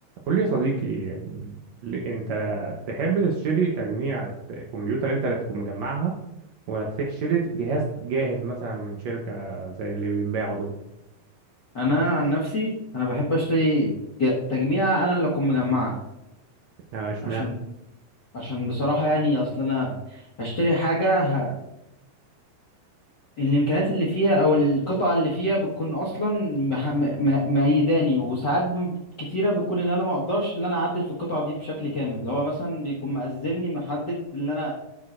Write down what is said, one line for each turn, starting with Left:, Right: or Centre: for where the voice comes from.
Right: قول لي يا صديقي يعني ليه- انت تحب تشتري تجميع ت- كمبيوتر انت اللي تكون مجمعها ولا تروح شتري جهاز جاهز مثلا من شركة زي اللي بيتباعوا دول
Left: انا عن نفسي انا بحب اشتري ج- تجميع انا اللي اكون مجمعها
Right: اه، اشمعنى
Left: عشان عشان بصراحه يعني اصل انا هشتري حاجه ه... الامكانيات اللي فيها او القطعه اللي فيها بتكون اصلا مح... م... م... مأيداني وساعات ب- كتيره بتكون ان انا ما اقدرش ان انا اعدل في القطعه دي بشكل كامل اللي هو مثلا بيكون مأذني محدد ان انا